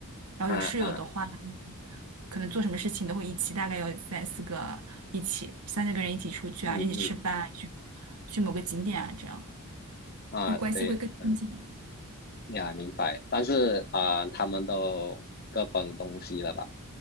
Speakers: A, on the right; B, on the left.
A: 然后有室友的话，
B: 啊啊，
A: 可能做什么事情都会一起，大概有三四个一起，三四个人一起出去啊，
B: 嗯嗯
A: 一起吃饭啊，去去某个景点啊，这样
B: 啊，
A: 就关系会更亲近。
B: 对，嗯呀，明白。但是啊，他们都各奔东西了吧？